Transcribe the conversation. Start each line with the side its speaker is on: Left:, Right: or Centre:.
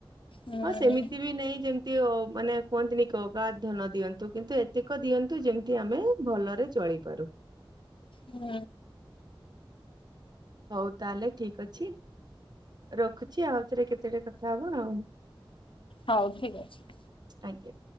Left: ହୁଁ
Right: ହଁ ସେମିତି ବି ନାଇଁ ଯେମତି ତି ଓ ମାନେ କୁହନ୍ତିନି କି ଅଗାଧ ଧନ ଦିଅନ୍ତୁ କିନ୍ତୁ ଏତେକ ଦିଅନ୍ତୁ ଯେମିତି ଆମେ ଭଲରେ ଚଳିପାରୁ।
Left: ହୁଁ।
Right: ହଉ ତାହେଲେ ଠିକ ଅଛି। ରଖୁଛି ଆଉ ଥରେ କେତେଟା କଥା ହବ ଆଉ।
Left: ହଉ ଠିକ୍ ଅଛି।
Right: ଆଜ୍ଞା।